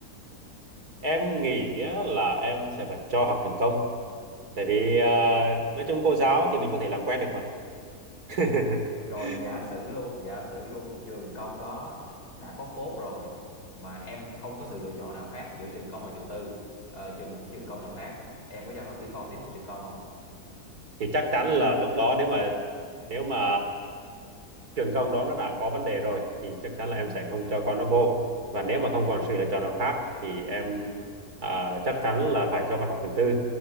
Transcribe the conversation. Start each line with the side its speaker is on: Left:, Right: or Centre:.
Right: em nghĩ á, là em sẽ phải cho học trường công tại vì ờ, nói chung cô giáo thì mình có thể làm quen được mà <laughs>
Left: Rồi giả sử luôn, giả sử luôn trường công đó đã có phốt rồi mà em không có sự lựa chọn nào khác giữa trường công và trường tư, ờ, trường một cái trường công nào khác, em có cho học ti con tiếp học trường công không?
Right: thì chắc chắn là lúc đó nếu mà nếu mà trường công đó nó đã có vấn đề rồi thì chắc chắn là
Left: Ừ,
Right: em sẽ không cho con nó vô và nếu mà không
Left: ừ.
Right: còn sự lựa chọn nào khác thì em à, chắc chắn là phải cho con học trường tư